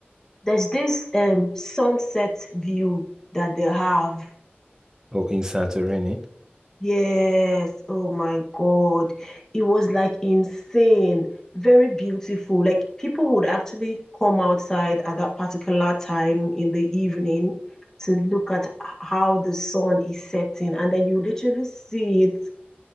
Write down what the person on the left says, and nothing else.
there's this um sunset view that they have
Yes, oh my God. It was like insane, very beautiful. Like people would actually come outside at that particular time in the evening to look at h- how the sun is setting, and then you literally see it,